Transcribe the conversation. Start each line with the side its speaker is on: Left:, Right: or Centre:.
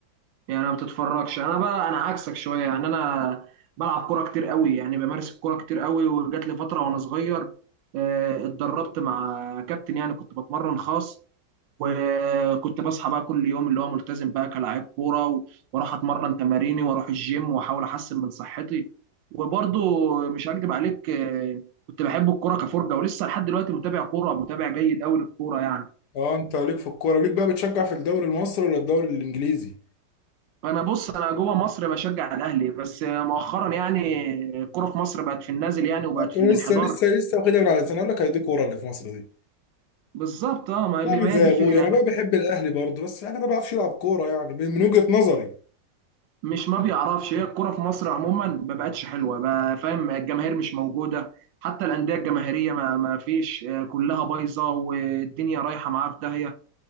Right: يعني ما بتتفرجش انا بقى انا عكسك شويه يعني انا بلعب كوره كتير قوي يعني بمارس الكوره كتير قوي وجات لي فتره وانا صغير آه، اتدربت مع كابتن يعني كنت بتمرن خاص وكنت بصحى بقى كل يوم اللي هو ملتزم بقى كلاعب كوره و- واروح اتمرن تماريني واروح الجيم واحاول احسن من صحتي وبرضو مش هكدب عليك آه، كنت بحب الكوره كفرجه ولسه لحد دلوقتي متابع كوره متابع جيد قوي للكوره يعني
Left: اه انت ليك في الكوره ليك بقى بتشجع في الدوري المصري ولا الدوري الانجليزي
Right: انا بص انا جوه مصر بشجع الاهلي بس مؤخرا يعني الكوره في مصر بقت في النازل يعني وبقت
Left: لا،
Right: في
Left: كان
Right: الانحدار
Left: لسه لسه لسه واخدها من على لساني اقول لك هي دي كوره اللي في مصر دي
Right: بالظبط اه ما اللي-
Left: بعمل
Right: ما
Left: زي
Right: هي دي الفكره
Left: ابويا
Right: يعني
Left: انا بقى بحب الاهلي برضو بس انا ما بعرفش العب كوره يعني من وجهه نظري
Right: مش ما بيعرفش هي الكوره في مصر عموما ما بقتش حلوه بقى فاهم الجماهير مش موجوده حتى الانديه الجماهيريه ما ما فيش آه، كلها بايظه والدنيا رايحه معاها في داهيه